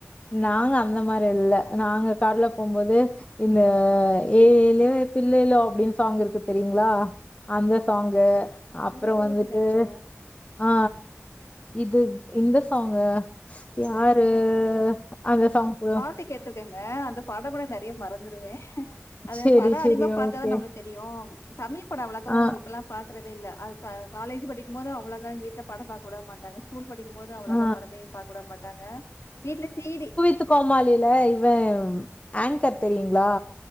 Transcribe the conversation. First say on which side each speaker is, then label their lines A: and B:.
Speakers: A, on the left; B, on the left.
A: நாங்க அந்த மாரி இல்ல நாங்க கார்ல போம்போது இந்த ஏ ஏலோ தில்லேலோ அப்டின் சாங் இருக்கு தெரியுங்களா அந்த சாங்கு அப்பறோ
B: ஏலேல
A: வந்துட்டு
B: பிள்ளேலேவா?
A: ஆ இது இந்த சாங்கு
B: தெரியல.
A: யாரு அந்த சாங்க்கு
B: ட்டு கேட்டுருக்கங்க அந்த படம்லா நெறைய மறந்துருவே அது
A: சரி,
B: எனக் படோ
A: சரி
B: அதிகமா பாத்தாதா
A: ஓகே.
B: நம்மளுக் தெரியு தமிழ் படோ அவ்ளோக்காவு
A: ஆ,
B: இப்பல்லா பாக்குறதே இல்ல அது க காலேஜு படிக்கும் போது அவ்ளோக்கா எங்க வீட்ல படோ பாக்க விட மாட்டாங்க ஸ்கூல் படிக்கும் போது அவ்ளோக்கா
A: ஆ
B: படமே பாக்க வுட மாட்டாங்க வீட்ல சீ டி
A: குக் வித் கோமாளில இவெ ஆங்கர் தெரியுங்களா